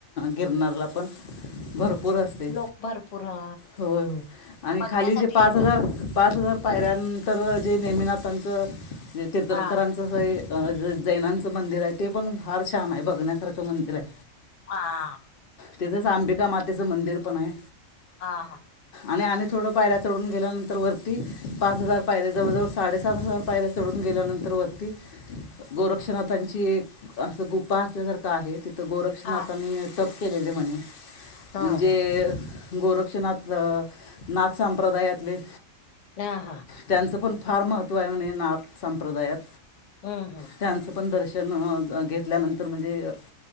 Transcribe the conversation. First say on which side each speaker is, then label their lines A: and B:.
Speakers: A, on the left; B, on the left.
A: गिरनला पण भरपूर पुर असते
B: लोक भरपूर हा
A: होय हो आणि
B: बघण्यासाठी
A: खाली जे पाच
B: येत
A: हजार
B: अस
A: पाच हजार पायऱ्यानंतर जे नेमीनाथांचं जे तीर्थकारांचं
B: हा
A: स अ जैनांचं मंदिर आहे ते पण फार छान आहे बघण्यासारखं मंदिर आहे
B: हा.
A: तिथंच अंबिका मातेचं मंदिर पण आहे.
B: हा हा.
A: आणि थोडा पायऱ्या चढून गेल्यानंतर वरती पाच हजार पायऱे जवळजवळ साडेसात हजार पायऱ्या चढून गेले. गेल्यानंतर वरती गोरक्षांची एक अस गुप पा असल्यासारखा आहे तिथे गोरक्षनाथांनी
B: हा
A: जप केलेले म्हण.
B: हा
A: जे गोरक्षनाथ नाथ संप्रदायातले
B: हा हा.
A: त्यांचं पण फार महत्वा आहे म्हणे नाप संप्रदायात
B: हम्म हम्.
A: त्यांचं पण दर्शन घेतल्यानंतर म्हणजे